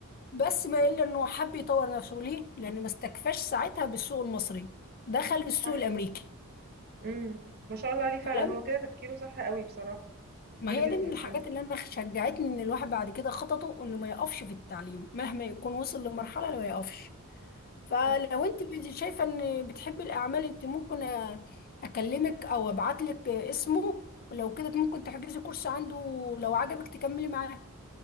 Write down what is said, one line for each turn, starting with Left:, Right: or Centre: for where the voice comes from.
Left: بس ما الا انه حب يطور نفسه ليه لانه ما استكفاش ساعتها بالسوق المصري دخل السوق
Right: صح
Left: الامريكي
Right: امم ما شاء الله عليه فعلا
Left: فلم
Right: هو كده تفكيره صح قوي بصراحة تفكير
Left: ما هي
Right: بيزنس
Left: دي من الحاجات
Right: كده
Left: اللي انا شجعتني ان الواحد بعد كده خططه انه ما يقفش في التعليم مهما يكون وصل لمرحله ما يقفش فلو
Right: صح
Left: انت بدي- شايفه ان بتحبي الاعمال انت ممكن أ- اكلمك او ابعت لك اسمه ولو كده ممكن تحجزي كورس عنده لو عجبك تكملي معاه